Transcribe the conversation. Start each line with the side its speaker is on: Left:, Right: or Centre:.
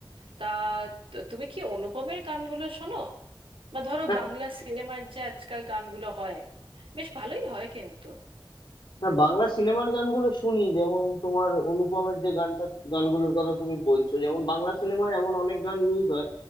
Right: তা তো তুমি কি অনুপমের গানগুলো শোনো বা ধরো
Left: হ্যাঁ?
Right: বাংলা সিনেমার যে আজকাল গানগুলো হয় বেশ ভালোই হয় কিন্তু
Left: হ্যাঁ বাংলা সিনেমার গানগুলো শুনি যেমন তোমার অনুপমের যে গানটা গানগুলোর কথা তুমি বলছো যেমন বাংলা সিনেমায় এমন অনেক গান ইউজ হয়